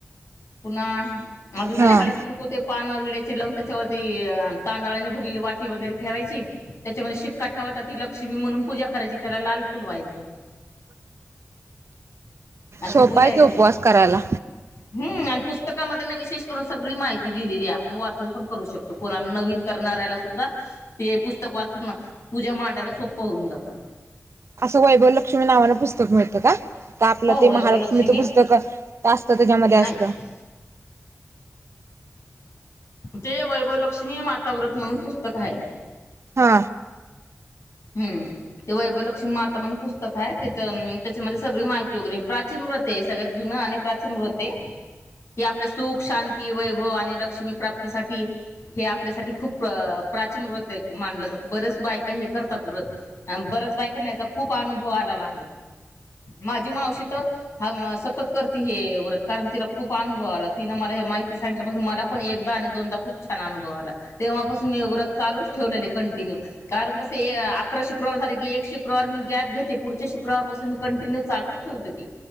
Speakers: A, on the left; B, on the right.
A: पुन्हा अजून काय
B: हा
A: नाही हळद कुंकू ते पान विड्याची पाने लावून त्याच्यावरती तांदळाने भरलेली वाटी वगैरे ठेवायची त्याच्यामध्ये शिक्का ठेवायचा ती लक्ष्मी म्हणून पूजा करायची त्याला लाल फुल व्हायचं अशी
B: सोपा
A: पूजा आहे
B: की उपवास
A: ती
B: करायला
A: हम्म पुस्तकामध्ये विशेष करून सगळी माहिती लिहिलेली आहे आपण वाचन पण करू शकतो कोणा नवीन करणाऱ्याला सुद्धा ते पुस्तक पुस्तक वाचून ना तूजा मांडायला सोपं होऊन जातं
B: असं वैभव लक्ष्मी नावान पुस्तक मिळतं का? आपलं
A: हो
B: ते
A: वैभवलक्ष्मी
B: महालक्ष्मीच पुस्तक असत त्याच्यामध्ये
A: नाही
B: असत?
A: ते वैभलक्ष्मी माता व्रत म्हणून पुस्तक आहे
B: हा
A: हम् ते वैभलक्ष्मी माता म्हण पुस्तक आहे त्याच्यामध्ये सगळी माहिती वगैरे प्राचीन व्रत आहे सगळ्यात जुन आणि प्राचीन व्रते हे आपले सुख शांती वैभव आणि लक्ष्मी प्राप्तीसाठी हे आपल्यासाठी खूप प्राचीन व्रत मानलं जातं बरेच बायका हे करतात तुरत अ बरच बायकाना याचा खूप अनुभव आलेला आहे माझी मावशी तर सतत करती हे व्रत कारण तिला खूप अनुभव आला तिन मला माहिती सांगितल्यापासून मला पण एकदा आणि दोनदा खूप छान अनुभव आला तेव्हापासून मी व्रत चालू ठेवलेल कंटिन्यू कारण कस अकरा शुक्रवार झाले की एक शुक्रवार मी गॅप घेते पुढच्या शक्रवारपासून मी कंटिन्यू चालूच ठेवते ती